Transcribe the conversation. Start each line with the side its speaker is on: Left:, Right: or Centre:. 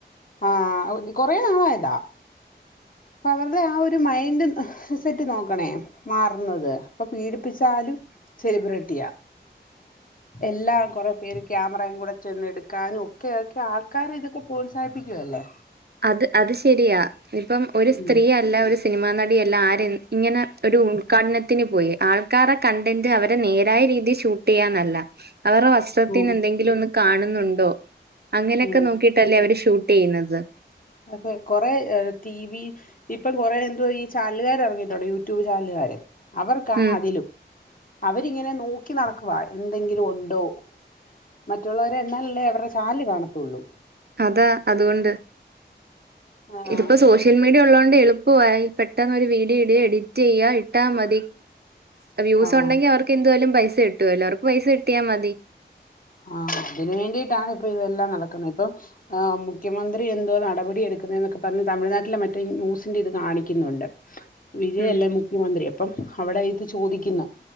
Left: ആഹ് കൊറേ നാളായതാ അപ്പൊ അവരുടെ ആ ഒരു മൈൻഡ് സെറ്റ് നോക്കണേ മാറ്ന്നത് അപ്പൊ പീഡിപ്പിച്ചാലും സെലിബ്ര റ്റിയ എല്ലാം കൊറേ പേര് ക്യാമറയും കൂടെ ചെന്ന് എടുക്കാനും ഓക്കെ ഓക്കെ ആൾക്കാര് ഇതൊക്കെ പ്രോത്സാഹിപ്പിക്കുവല്ലേ
Right: അത് അത് ശരിയാ ഇപ്പം ഒരു സ്ത്രീയല്ല
Left: ഉം
Right: ഒരു സിനിമാ നടിയെല്ല ആര് ഇങ്ങനെ ഒരു ഉദ്ഘാടനത്തിന് പോയി ആൾക്കാരെ കണ്ടന്റ് അവരെ നേരായ രീതി ഷൂട്ട് ചെയ്യാന്നല്ല അവരെ ത്തിനെന്തെങ്കിലും
Left: ഉം
Right: ഒന്ന് കാണുന്നുണ്ടോ അങ്ങനെയൊക്കെ
Left: ഉം
Right: നോക്കിട്ടല്ലേ അവര് ഷൂട്ട് ചെയ്യുന്നത്.
Left: ഒപ്പം കൊറേ അ, ടി വി ഇപ്പം കൊറേ എന്തോ ഈ ചാനലുകാര് ഇറങ്ങിട്ടൊണ്ട് യൂ ട്യൂബ് ചാനലുകാരെ, അവർക്കാണ്
Right: ഉം
Left: അതിലും അവരിങ്ങനെ നോക്കി നടക്കുവാ എന്തെങ്കിലും ഒണ്ടോ മറ്റുള്ളവരെന്നാലല്ലേ അവരടെ ചാനല് കാണത്തുള്ളൂ.
Right: അതാ അതുകൊണ്ട്,
Left: ആഹ്
Right: ഇതിപ്പോ സോഷ്യൽ മീഡിയ ഉള്ളതൊണ്ട് എളുപ്പ പ്പോ പെട്ടെന്ന് ഒരു വീഡിയോ ഇടുക എഡിറ്റ് ചെയ്യാ ഇട്ടാ മതി വ്യൂസ്
Left: ആഹ്
Right: ഒണ്ടെങ്കിൽ അവർക്ക് ക്കെന്തായാലും പൈസ കിട്ടുവല്ലോ അവർക്ക് പൈസ കിട്ടിയാ മതി.
Left: ആ അതിന് വേണ്ടിയിട്ടാണ് ഇപ്പ ഇതെല്ലാം നടക്കുന്നത്, ഇപ്പൊ ആ മുഖ്യമന്ത്രി എന്തോ നടപടി എടുക്കുന്നുന്നൊക്കെ പറഞ്ഞ് തമിഴ്നാട്ടിലെ മറ്റേ ന്യൂസിന്റെ ഇത് കാണിക്കുന്നൊണ്ട്. വിജയ്
Right: ഉം
Left: അല്ലേ മുഖ്യമന്ത്രി അപ്പം അവിടെ ഇത് ചോദിക്കുന്ന